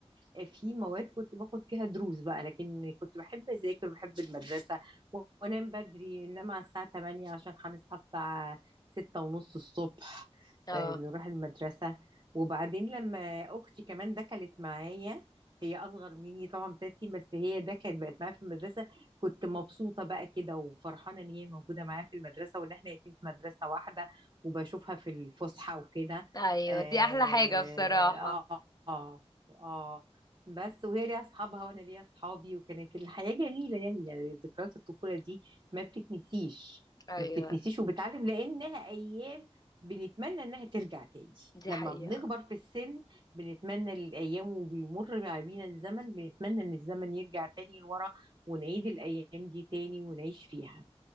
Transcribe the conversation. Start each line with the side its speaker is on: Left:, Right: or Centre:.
Right: آه، في مواد كنت باخد فيها دروس بقى لكن كنت بحب أذاكر وبحب المدرسة و- وأنام بدري إنما على الساعة 8 عشان هنصحى الساعة 6 ونص الصبح
Left: اه
Right: آه، نروح المدرسة وبعدين لما أختي كمان دخلت معايا هي أصغر مني طبعا بثلاث سنين بس هي ده كانت بقت معايا في المدرسة كنت مبسوطة بقى كده وفرحانة إن هي موجودة معايا في المدرسة وإن إحنا الاتنين في مدرسة واحدة وبشوفها في الفسحة وكده
Left: ايوه
Right: آه
Left: دي احلى حاجة بصراحة
Right: آه آه آه. بس وهي ليها أصحابها وأنا ليا أصحابي وكانت الحياة جميلة يعني يعني ذكريات الطفولة دي ما بتتنسيش
Left: ايوه
Right: ما بتتنسيش وبتعلم لأنها أيام بنتمنى إنها ترجع تاني
Left: دي
Right: لما
Left: حقيقة
Right: بنكبر في السن بنتمنى الأيام وبيمر بينا الزمن بنتمنى إن الزمن يرجع تاني لورا ونعيد الأيام دي تاني ونعيش فيها